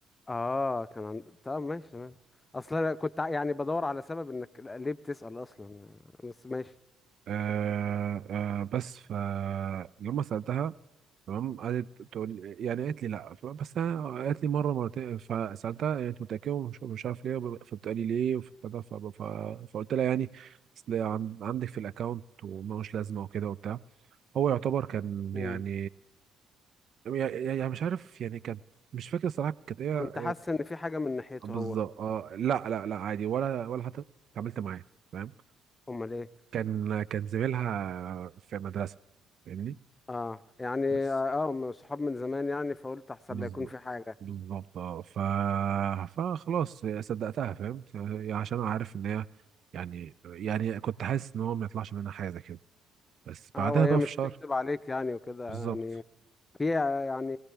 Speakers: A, on the left; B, on the right.
A: اه كان عند... طب ماشي تمام اصلا أنا كنت ع- يعني بدور على سبب انك ليه بتسأل اصلا بس ماشي
B: آه آه بس ف يوم ما سألتها تمام قالت تقول لي- يعني قالت لي لا ف- بس انا قالت لي مره مرتين فسالتها يعني انت متاكده ومش مش عارف ليه وب- فبتقالي ليه فبتاع- ف- ف- فقلت لها يعني اصل عن- عندك في الاكونت وملوش لازمه وكده وبتاع هو يعتبر كان
A: مم.
B: يعني يعني يعني مش عارف يعني كان مش فاكر الصراحه كانت ايه
A: كنت حاسس ان في حاجة من ناحيته
B: إيه- بالظبط
A: هو
B: اه لا لا لا عادي ولا ولا حتى اتعاملت معاه فاهم
A: امال ايه
B: كان كان زميلها في مدرسة فاهمني
A: اه يعني
B: بس
A: اه آه، من صحاب من زمان يعني فقلت احسن
B: بالظبط
A: لا يكون في حاجة
B: بالظبط اه ف فخلاص صدقتها فاهم عشان أنا عارف ان هي يعني يعني كنت حاسس ان هو ما يطلعش منها حاجة زي كده بس
A: اه
B: بعدها
A: وهي
B: بقى
A: مش
B: في شهر
A: تكذب عليك يعني وكده
B: بالظبط
A: يعني في يعني